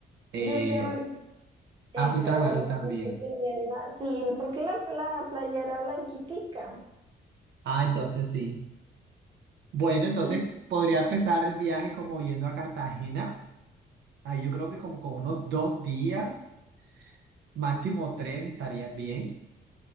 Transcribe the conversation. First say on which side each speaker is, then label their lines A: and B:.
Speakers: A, on the right (about 85°); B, on the right (about 25°).
A: Eh,
B: yo fui a varias. Esa
A: ah, fuiste a
B: era
A: Barú
B: la
A: también.
B: que tenía la- Sí, porque la, la playa era blanquitica.
A: Ah, entonces sí. Bueno, entonces
B: Sí,
A: podría empezar el viaje como yendo a Cartagena. Ahí yo creo que como con unos dos días, máximo tres estaría bien.